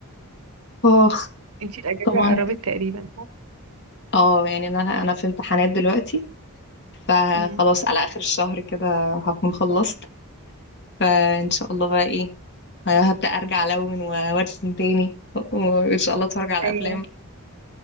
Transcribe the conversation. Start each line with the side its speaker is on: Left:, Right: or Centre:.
Left: اخ
Right: انتي الأجازة
Left: طبعا
Right: قربت تقريبا صح؟
Left: اه يعني انا انا في امتحانات دلوقتي فخلاص
Right: امم
Left: على اخر الشهر كده هكون خلصت فان شاء الله بقى ايه هبدأ ارجع الون و- وارسم تاني وان شاء الله اتفرج على
Right: أيوة
Left: افلام